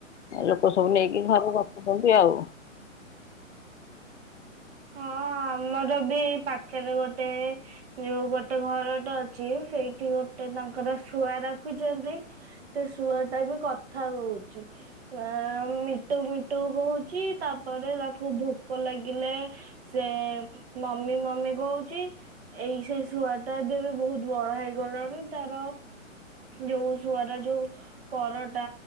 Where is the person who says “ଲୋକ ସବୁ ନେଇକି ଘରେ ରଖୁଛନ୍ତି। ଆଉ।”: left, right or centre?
Left